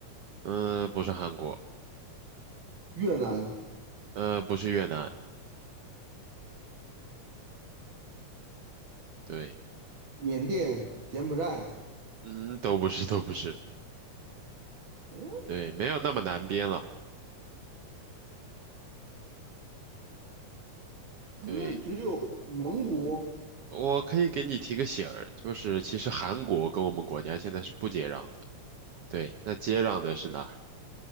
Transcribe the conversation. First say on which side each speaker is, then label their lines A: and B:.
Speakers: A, on the right (about 60°); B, on the right (about 40°).
A: 嗯，不是韩国，
B: 越南、
A: 呃，不是越南。对，
B: 缅甸、柬埔寨，
A: 嗯，都不是，都不是。
B: 嗯，
A: 对，没有那么难编了。
B: 那只有蒙古
A: 对，我可以给你提个醒儿，就是其实韩国跟我们国家现在是不接壤的。对，那接壤的是哪？